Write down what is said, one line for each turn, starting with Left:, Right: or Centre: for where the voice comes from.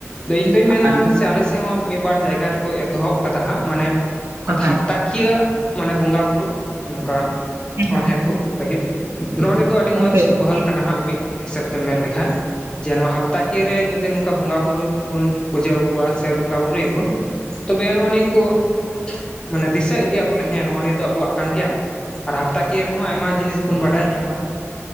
Left: ᱤᱧ ᱫᱩᱧ ᱢᱮᱱᱟ
Right: ᱟᱨ ᱜᱚᱢᱠᱮ
Left: ᱥᱮ ᱟᱞᱮ ᱥᱮᱫ ᱦᱚ ᱢᱤᱫ ᱵᱟᱨ ᱡᱟᱭᱜᱟ ᱨᱮᱠᱚ ᱮᱛᱚᱦᱚᱵ ᱟᱠᱟᱫᱟ ᱦᱟᱸᱜ ᱢᱟᱱᱮ
Right: ᱦᱮᱸ
Left: ᱚ
Right: ᱦᱮᱸ
Left: ᱦᱟᱯᱛᱟᱠᱤᱭᱟᱹ ᱢᱟᱱᱮ ᱵᱚᱸᱜᱟ ᱵᱩᱨᱩ ᱱᱚᱝᱠᱟ
Right: ᱜᱚᱢᱠᱮ ᱦᱮᱸ
Left: ᱟᱲᱦᱮᱸ ᱠᱚ ᱞᱟᱹᱜᱤᱫ ᱫᱨᱚᱱᱤ ᱫᱚ ᱟᱹᱰᱤ
Right: ᱜᱚᱝᱠᱮ
Left: ᱢᱚᱸᱡᱽ ᱯᱟᱹᱦᱟᱞ ᱠᱟᱱᱟ ᱦᱟᱸᱜ ᱢᱤᱫ ᱦᱤᱥᱟᱹᱵ ᱛᱮᱢ ᱢᱮᱱ ᱞᱮᱠᱟᱱ ᱡᱮ ᱱᱚᱣᱟ ᱦᱟᱯᱛᱟ ᱠᱤᱭᱟ. ᱨᱮ ᱡᱩᱫᱤ ᱱᱚᱝᱠᱟ ᱵᱚᱸᱜᱟᱼᱵᱩᱨᱩ ᱠᱚ ᱵᱚᱱ ᱯᱩᱡᱟᱹ ᱟᱠᱚᱣᱟ ᱥᱮ ᱵᱚᱸᱜᱟᱼ ᱵᱩᱨᱩ ᱭᱟᱵᱚᱱ ᱛᱚᱵᱮ ᱱᱚᱜᱼᱚ ᱱᱤᱭᱟᱹ ᱠᱚ ᱢᱟᱱᱮ ᱫᱤᱥᱟᱹ ᱤᱫᱤᱭᱟ ᱵᱚᱞᱮ ᱦᱮᱸ ᱱᱚᱜᱼᱚ ᱱᱤᱭᱟᱹ ᱫᱚ ᱟᱵᱚᱣᱟᱜ ᱠᱟᱱ ᱜᱮᱭᱟ ᱟᱨ ᱦᱟᱯᱛᱟ ᱠᱤᱭᱟᱹ ᱨᱮᱦᱚᱸ ᱟᱭᱢᱟ ᱡᱤᱱᱤᱥ ᱵᱚᱱ ᱵᱟᱰᱟᱭ ᱧᱟᱢᱟ᱾